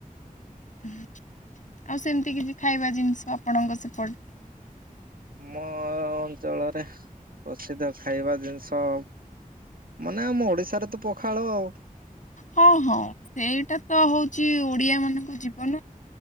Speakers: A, on the left; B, on the right.
A: ଆଉ ସେମତି କିଛି ଖାଇବା ଜିନିଷ ଆପଣଙ୍କ ସେପଟେ
B: ଆମ ଅଞ୍ଚଳରେ ପ୍ରସିଦ୍ଧ ଖାଇବା ଜିନିଷ, ମାନେ ଆମ ଓଡିଶାରେ ତ ପଖାଳ ଆଉ।
A: ହଁ ହଁ ସେଇଟା ତ ହଉଚି ଓଡିଆ ମାନଙ୍କ ଜୀବନ।